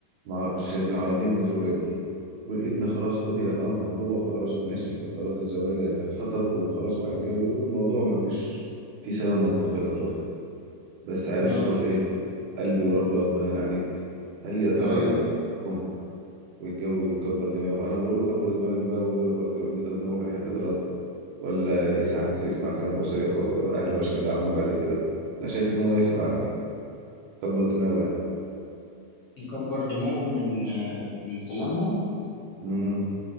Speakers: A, on the right; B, on the left.
A: مع مش معارضين الزوجة دي والابن خلاص قضي الأمر هو خلاص ماشي في قرار الزواج يعني خطب وخلاص وهيتجوز والموضوع مفيش في سبب منطقي للرفض بس عارف
B: يا
A: شغل
B: تي-
A: ايه قلبي وربي غضبانين عليك هل يا ترى
B: ايوه
A: يعني يخون ويتجوز ويكبر دماغه انا بقول له كبر دماغك بقى ويضرب يضرب دماغه في الحته يضربها ولا يسمع يسمع كلام اسري أو اهله عشان يدعموه بعد كده انا شايف ان هو يسمع كبر دماغه يعني
B: يكبر دماغه من من كلامهم
A: امم